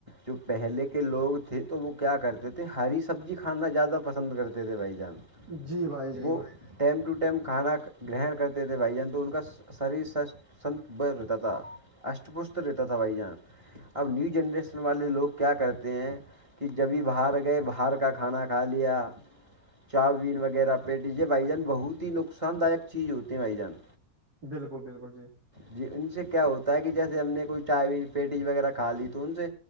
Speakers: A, on the right; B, on the right.
A: جو پہلے کے لوگ تھ تھے تو وہ کیا کرتے تھے ہری سبزی کھانا زیادہ پسند کرتے تھے بھائی جان
B: جی بھائی جی
A: وہ ٹائم ٹو ٹائم کھانا گرہن کرتے تھے بھائی جان تو ان کا شریر س سنت بر رہتا تھا اشٹ پشٹ رہتا تھا بھائی جان اب نیو جنریشن والے لوگ کیا کرتے ہیں کہ جبھی باہر گئے باہر کا کھانا کھا لیا چار بین وغیرہ پہ ڈجیے بھائیجان بہت ہی نقصان داک چیز ہوتی ہیں بائیجان
B: بالکل بالکل جی
A: جی ان سے کیا ہوتا ہے کہ جیسے ہم نے کوئی چائے پیٹی وغیرہ کھا لی تو ان سے